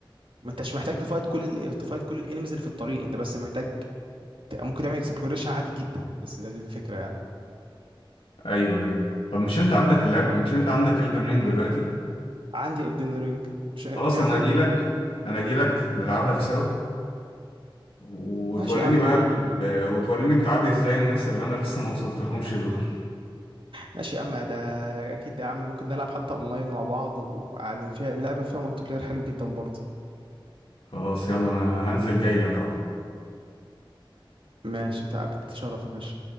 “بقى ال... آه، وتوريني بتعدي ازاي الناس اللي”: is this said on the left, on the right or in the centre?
Left